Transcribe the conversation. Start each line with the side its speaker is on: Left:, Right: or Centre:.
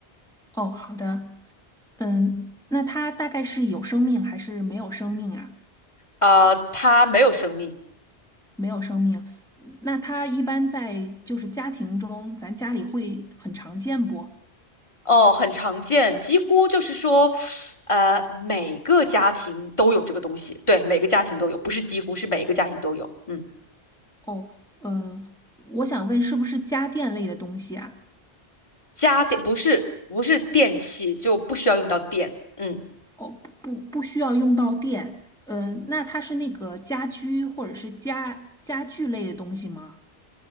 Centre: 哦，好的，嗯，那它大概是有生命还是没有生命啊？
Left: 呃，它没有生命，
Centre: 没有生命。那它一般在就是家庭中，咱家里会很常见不？
Left: 哦，很常见，几乎就是说，呃，每个家庭都有这个东西，对，每个家庭都有，不是几乎，是每个家庭都有。嗯，
Centre: 哦，呃，我想问，是不是家电类的东西啊？
Left: 家电不是不是电器，就不需要用到电。嗯。
Centre: 哦，不不，需要用到电。嗯，那它是那个家居或者是家家具类的东西吗？